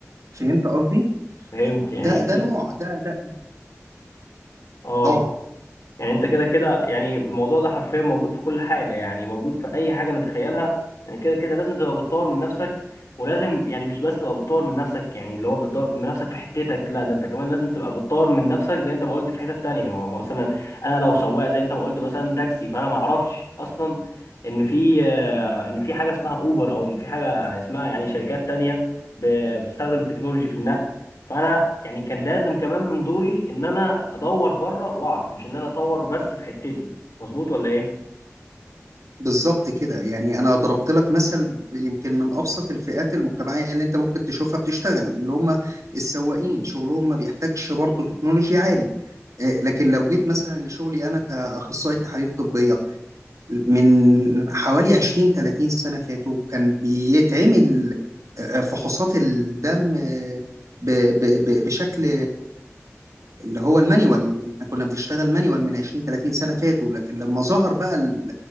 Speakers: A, on the right; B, on the left.
A: فهمت قصدي
B: فهمت يعني
A: ده ده نوع ده ده
B: اه
A: اه
B: يعني انت كده كده يعني الموضوع ده حرفيا موجود في كل حاجه يعني موجود في اي حاجه نتخيلها يعني كده كده لازم تبقى بتطور من نفسك ولازم يعني مش بس تبقى بتطور من نفسك يعني اللي هو بتطور من نفسك في حتتك لا ده انت كمان لازم تبقى بتطور من نفسك زي انت ما قلت في حتت تانية يعني مثلا انا لو سواق زي انت ما قلت مثلا تاكسي فانا ما اعرفش اصلا ان في آه، ان في حاجه اسمها اوبر او ان في حاجه اسمها يعني شركات تانية ب- بتستخدم تكنولوجي في النقل فانا يعني كان لازم كمان من دوري ان انا ادور بره واعرف مش ان انا اطور بس في حتتي مظبوط ولا ايه
A: بالظبط كده يعني انا ضربت لك مثل ب- يمكن من ابسط الفئات المجتمعيه اللي انت ممكن تشوفها بتشتغل اللي هم السواقين شغلهم ما بيحتاجش برضه تكنولوجيا عالي آه، لكن لو جيت مثلا لشغلي انا كاخصائي تحاليل طبيه من حوالي 20 30 سنه فاتوا كان بيتعمل آه، فحوصات الدم آه، ب- ب- ب- بشكل اللي هو المانيوال احنا كنا بنشتغل مانيوال من 20 30 سنة فاتوا لكن لما ظهر بقى ال-